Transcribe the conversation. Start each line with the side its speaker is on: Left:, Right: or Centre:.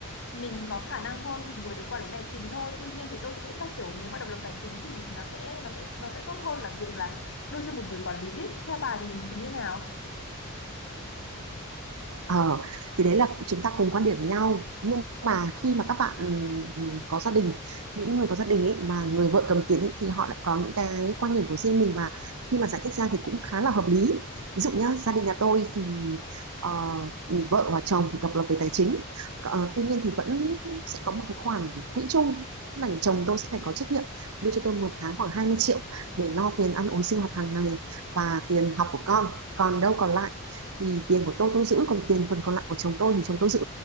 Left: mình có khả năng hơn thì người đấy quản lý tài chính thôi Tuy nhiên thì tôi cũng nghĩ là kiểu nếu mà độc lập tài chính thì nó sẽ nó sẽ nó sẽ tốt hơn là việc là đưa cho một người quản lý ấy. Theo bà thì thì như nào?
Right: Ờ, thì đấy là chúng ta cùng quan điểm với nhau nhưng mà khi mà các bạn ừm, có gia đình những người có gia đình ấy mà người vợ cầm tiền ấy, thì họ lại có những cái quan điểm của riêng mình và khi mà giải thích ra thì cũng khá là hợp lý ví dụ nhá gia đình nhà tôi thì ờ, vợ và chồng thì độc lập về tài chính Ờ, tuy nhiên thì vẫn sẽ có một cái khoản quỹ chung tức là chồng tôi sẽ phải có trách nhiệm đưa cho tôi một tháng khoảng 20 triệu để lo tiền ăn uống sinh hoạt hàng ngày và tiền học của con còn đâu còn lại thì tiền của tôi tôi giữ còn tiền phần còn lại của chồng tôi thì chồng tôi giữ